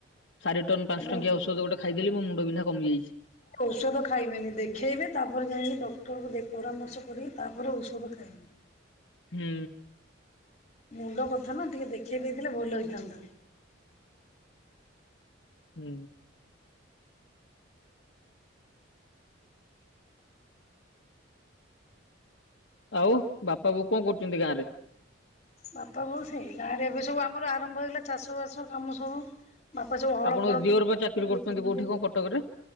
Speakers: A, on the left; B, on the left.
A: ସାରିଟନ ପାଞ୍ଚ
B: ଆମ
A: ଟଙ୍କିଆ ଔଷଧ ଗୋଟେ ଖାଇଦେଲି ମ ମୁଣ୍ଡ ବିନ୍ଧା କମିଯାଇଚି।
B: ଔଷଧ ଖାଇବେନି, ଦେଖେଇବେ ତାପରେ ଯାଇକି ଡକ୍ଟରଙ୍କୁ ପରାମର୍ଶ କରିକି ତାପରେ ଔଷଧ ଖାଇବେ।
A: ହୁଁ।
B: ମୁଣ୍ଡ କଥା ନା ଟିକେ ଦେଖେଇ ଦେଇଥିଲେ ଭଲ ହେଇଥାନ୍ତା।
A: ହୁଁ। ଆଉ ବାପା ବୋଉ କଣ କରୁଛନ୍ତି ଗାଁ ରେ?
B: ବାପା ବୋଉ ସେଇ ଗାଁ ରେ ଏବେ ସବୁ ଆମର ଆରମ୍ଭ ହେଇଗଲା ଚାଷ ବାସ କାମ ସବୁ। ବାପା ସବୁ ହଳ
A: ଆପଣଙ୍କ
B: ଫଳ
A: ଦିଅର
B: କେ
A: ବା ଚାକିରି କରୁଛନ୍ତି
B: ଦେଖୁଚନ୍ତି।
A: କୋଉଠି କଣ କଟକରେ?